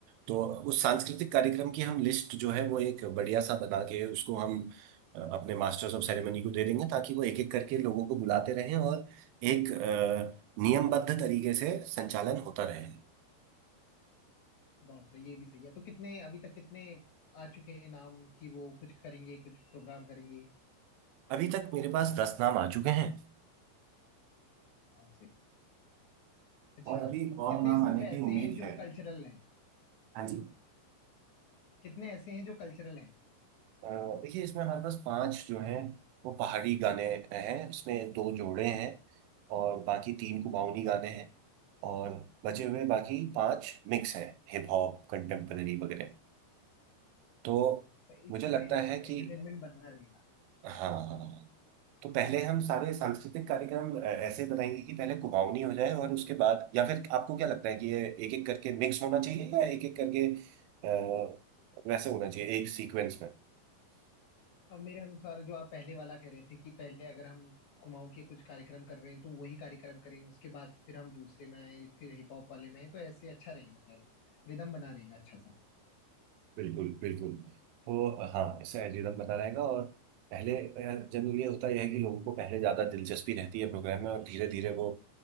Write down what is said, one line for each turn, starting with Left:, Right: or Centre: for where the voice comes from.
Right: तो उस सांस्कृतिक कार्यक्रम की हम लिस्ट जो है वो एक बढ़िया सा बना के उसको हम अ, अपने मास्टर्स ऑफ सेरेमनी को दे देंगे ताकि वो एक एक करके लोगों को बुलाते रहें और एक अ, नियमबद्ध तरीके से संचालन होता रहे
Left: बहुत सही ये भी सही है तो कितने अभी तक कितने आ चुके हैं नाम कि वो कुछ करेंगे कुछ प्रोग्राम करेंगे
Right: अभी तक मेरे पास दस नाम आ चुके हैं
Left: बहुत सही अच्छा
Right: और अभी और
Left: कितने
Right: नाम
Left: इसमें
Right: आने
Left: से
Right: की
Left: ऐसे
Right: उम्मीद
Left: हैं जो
Right: है
Left: कल्चरल हैं
Right: हाँ जी
Left: कितने ऐसे हैं जो कल्चरल हैं
Right: अ, देखिए इसमें हमारे पास पांच जो हैं वो पहाड़ी गाने हैं उसमें दो जोड़े हैं और बाकी तीन कुमाऊनी गाने हैं और बचे हुए बाकी पांच मिक्स हैं हिप हॉप कंटेम्पररी वगैरह तो
Left: सही इससे
Right: मुझे लगता
Left: सही रहेगा
Right: है कि
Left: एंटरटेनमेंट बना रहेगा
Right: हाँ हाँ तो पहले हम सारे सांस्कृतिक कार्यक्रम अ, ऐसे बनाएंगे कि पहले कुमाऊनी हो जाए और उसके बाद या फिर आपको क्या लगता है कि ये एक एक करके मिक्स होना चाहिए या एक एक करके अ, वैसे होना चाहिए एक सीक्वेंस में?
Left: अब मेरे अनुसार जो आप पहले वाला कह रहे थे कि पहले अगर हम कुमाऊं के कुछ कार्यक्रम कर रहे हैं तो वही कार्यक्रम करें उसके बाद फिर हम दूसरे में आए फिर हिप हॉप वाले में आए तो ऐसे अच्छा रहेगा शायद रिदम बना रहेगा अच्छा सा
Right: बिल्कुल बिल्कुल तो हाँ इससे एल्गोरिदम बना रहेगा और पहले जनरली ये होता यह है कि लोगों को पहले ज़्यादा दिलचस्पी रहती है प्रोग्राम में और धीरे धीरे वो